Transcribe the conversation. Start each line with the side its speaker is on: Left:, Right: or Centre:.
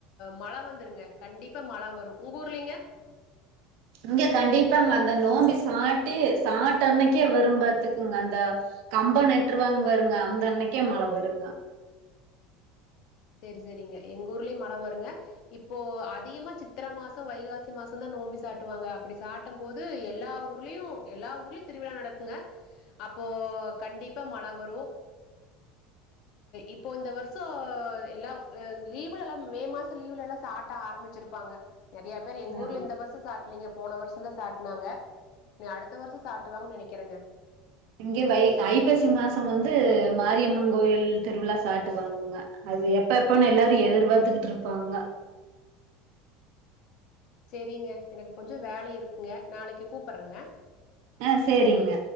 Left: மழ வந்துருங்க கண்டிப்பா மழ வரு உங்க ஊர்லிங்க
Right: இங்க கண்டிப்பாங்க அந்த நோம்பி சாட்டி சாட்டன்னக்கே வரும்பாத்துக்குங்க அந்த கம்ப நட்டுருவாங்க வாருங்க அந்த அன்னைக்கே மழ வருங்க
Left: செரி செரிங்க எங்க ஊர்லயு மழ வருங்க இப்போ அதிகமா சித்திர மாசோ வைகாசி மாச தா நோம்பி சாட்டுவாங்க அப்டி சாட்டு ம்போது எல்லா ஊர்லயு எல்லா ஊர்லயு திருவிழா நடக்குங்க அப்போ கண்டி ப்பா மழ வரு இப்போ இந்த வருஷோ எல்லாவ் லீவுல எல்லா மே மாச லீவ்ல எல்லா சாட்ட ஆரம்பிச்சிருப்பாங்க நிறைய மாரி எங்க ஊர்ல
Right: ஆமா
Left: இந்த வருஷம் சாட்டலீங்க போன வருஷம் தான் சாட்னாங்க நீ அடுத்த வருஷம் சாட்டுவாங்க நெனைக்கிறேங்க
Right: இங்கய வை ஐப்பசி மாசம் வந்து மாரியம்மன் கோயில் திருவிழா சாட்டுவாங்கங் க அது எப்ப எப்பன்னு எல்லாரும் எதிர்பார்த்துகிட்டு இருப்பாங்க
Left: செரிங்க எனக்கு கொஞ்சம் வேலை இருக்குங்க நாளைக்கு கூப்பறேங்க
Right: ஆ சேரிங்க